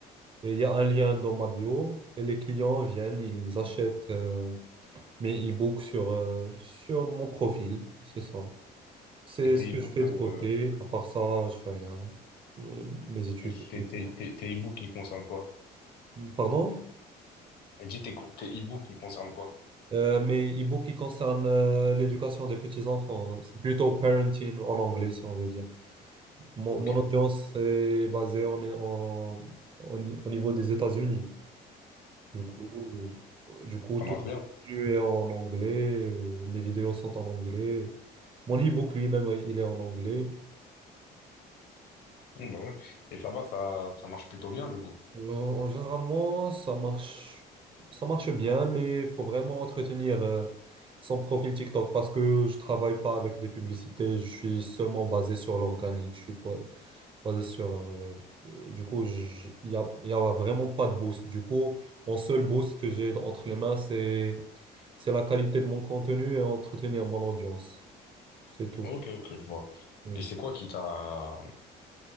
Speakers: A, on the right; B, on the left.
A: Et il y a un lien dans ma bio. Et les clients viennent, ils achètent euh, mes e-books sur, euh, sur mon profil. C'est ça. C'est
B: Et tes
A: ce que
B: e-books,
A: je fais
B: euh,
A: de côté. À part ça, je fais rien. Euh, Mes études,
B: et tes,
A: uniquement.
B: tes, tes, tes e-books, ils concernent quoi?
A: Pardon?
B: Dis tes, co- tes e-books, ils concernent quoi?
A: Euh, mes e-books qui concernent euh, l'éducation des petits-enfants. hein. C'est plutôt parenting en anglais, si on veut dire. Mon,
B: Ok.
A: mon audience est basée en, en, au ni- au niveau des États-Unis. Du coup, euh, du coup,
B: Ça
A: tout
B: marche bien.
A: continue est en anglais. euh, Mes vidéos sont en anglais. Mon e-book lui-même, euh, il est en anglais.
B: Mmh, bah ouais. Et ça va, ça, ça marche plutôt bien, du coup.
A: Euh, en généralement, ça marche, ça marche bien, mais il faut vraiment entretenir euh, son profil TikTok parce que je travaille pas avec des publicités. Je suis seulement basé sur l'organique. Je suis pas- basé sur. euh, euh, du coup, il y a, y a vraiment pas de boost. Du coup, mon seul boost que j'ai entre les mains, c'est c'est la qualité de mon contenu et entretenir mon audience. C'est tout.
B: Ok, ok, je vois.
A: Oui,
B: Et c'est
A: c'est-
B: quoi qui t'a...